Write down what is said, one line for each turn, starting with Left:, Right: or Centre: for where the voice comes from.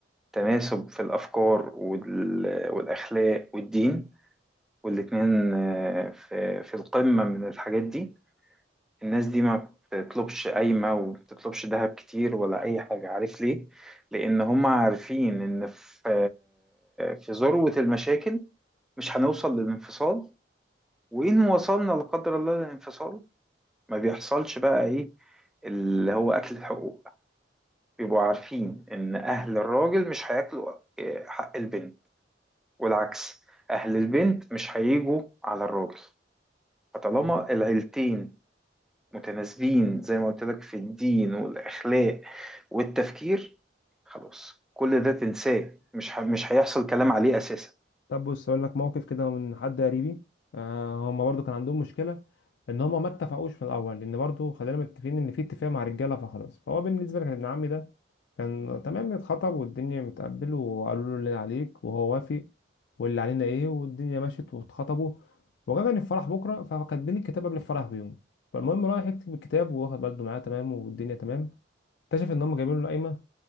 Centre: تناسب في الأفكار وال- والأخلاق والدين والاتنين آه، في في القمة من الحاجات دي الناس دي ما بتطلبش قايمة وبتطلبش ذهب كتير ولا أي حاجة عارف ليه؟ لأن هم عارفين إن في في ذروة المشاكل مش هنوصل للانفصال وإن وصلنا لا قدر الله للانفصال ما بيحصلش بقى إيه اللي هو أكل الحقوق بيبقوا عارفين إن أهل الراجل مش هياكلوا آه، حق البنت والعكس أهل البنت مش هيجوا على الراجل فطالما
Left: ده
Centre: العيلتين متناسبين زي ما قلت لك في الدين والأخلاق والتفكير خلاص كل ده تنساه مش ه... مش هيحصل كلام عليه أساسا
Left: طب بص اقول لك موقف كده من حد قريبي آه هم برضو كان عندهم مشكله ان هم ما اتفقوش من الاول لان برضو خلينا متفقين ان في اتفاق مع رجاله فخلاص فهو بالنسبه لك ابن عمي ده كان تمام اتخطب والدنيا متقبل وقالوا له اللي عليك وهو وافق واللي علينا ايه والدنيا مشت واتخطبوا وجاء الفرح بكره فكاتبين الكتاب قبل الفرح بيوم فالمهم رايح يكتب الكتاب وواخد برضه معاه تمام والدنيا تمام اكتشف ان هم جايبين له قايمه